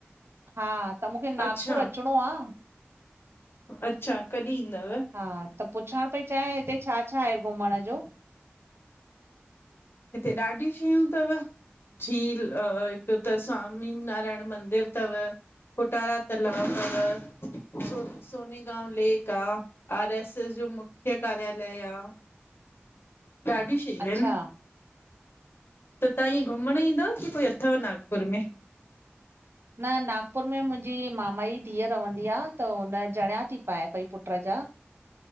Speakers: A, on the right (about 65°); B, on the left (about 60°).
A: हा त मूंखे नागपुर
B: अच्छा
A: अचिणो आह।
B: अच्छा कॾहिं ईंदव
A: हा त पुछण पई चायां हिते छा? छा आहे घुमण जो?
B: हिते ॾाढी शयूं थव। झील, अ हिते त स्वामी नारायण मंदिर थव पुटारा तलाब तव। सोने गांव लेक आह, आर एस एस जो मुख्य कार्यालय आह। ॾाढी शयूं
A: अच्छा
B: आहिनि। त तव्हां ईअं घुमणु ईंदव, की कोई अथव नागपुर में?
A: न नागपुर में मुंहिंजी मामा जी धीअ रहंदी आहे। त हुन जणियां थी पाए पई पुट्र जा।